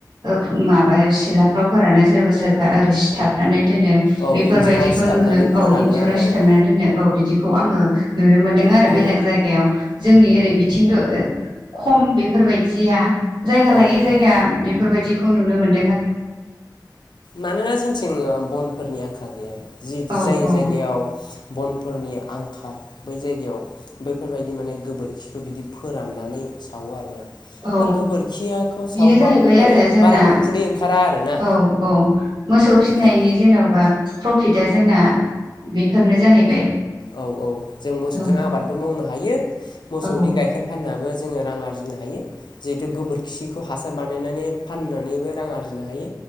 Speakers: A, on the right; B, on the left.
A: ओ माबायाव सिलाफ्राव फोरानो सोरबा सोरबा ओरै सिथाबनानै। दोनो
B: औ
A: बेफोरबायदिखौ
B: इन्जुराव सिथाबनानै
A: नुनो
B: फोरानो
A: औ इन्जुराव
B: आरो
A: सिथाबनानै
B: औ
A: दोनो औ बिदिखौ आङो। नुनो मोन्दों आरो
B: औ
A: बेलेग जायगा। जोंनि ओरै बिथिंथ' खम बेफोरबायदिया जायगा
B: औ
A: लायै
B: औ
A: जायगा बेफोरबायदिखौ नुनो मोनो।
B: मानोना जोंथिं बनफोरनि आंखाल गैया। जि
A: औ
B: जाय
A: औ
B: जायगायाव बनफोरनि आंखाल बै जायगायाव बैफोरबायदि माने गोबोरखिखौ बिदि फोराननानै। सावो आरो ना
A: औ
B: गोबोरखियाखौ
A: बेनो
B: सावबाबो
A: जाहैबाय
B: माने
A: आरो जोंना
B: बारा उखुदै ओंखारा आरोना
A: औ औ मोसौ फिनायनि
B: बेखाय
A: जेन'बा प्रफिटआ जोंना बेफोरनो जाहैबाय
B: औ औ जों मोसौजों
A: औ
B: आबादबो मावनो हायो मोसौनि
A: औ
B: गाइखेर फाननाबो। जोङो रां आरजिनो हायो जिहेथु गोबोरखिखौ हासार बानायनानै फाननानैबो रां आरजिनो हायो।